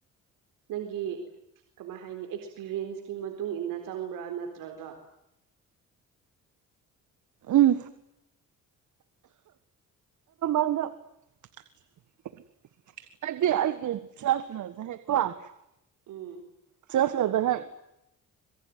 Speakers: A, on the right; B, on the right.
A: ꯅꯪꯒꯤ ꯀꯃꯥꯏ ꯍꯥꯏꯅꯤ ꯑꯦꯛꯁꯄꯤꯔꯤꯌꯦꯟꯁꯀꯤ ꯃꯇꯨꯡ ꯏꯟꯅ ꯆꯪꯕ꯭ꯔꯥ ꯅꯠꯇ꯭ꯔꯒ
B: ꯎꯝ <unintelligible> ꯑꯩꯗꯤ ꯑꯩꯗꯤ <unintelligible>
A: ꯎꯝ
B: <unintelligible> ꯀꯩꯅꯣ ꯇꯨꯋꯦꯜꯐ